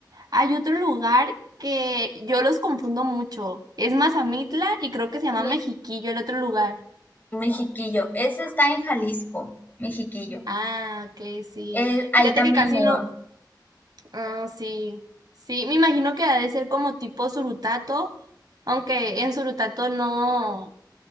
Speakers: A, on the right (about 60°); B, on the left (about 25°).
A: hay otro lugar que yo los confundo mucho. Es Mazamitla y creo que se llama
B: Me-
A: Mexiquillo, el otro lugar.
B: Mexiquillo. Ese está en Jalisco, Mexiquillo.
A: Ah, ok, sí.
B: Eh, ahí
A: Fíjate
B: también
A: que casi
B: neva.
A: no Ah, sí, sí, me imagino que ha de ser como tipo Surutato, aunque en Surutato no,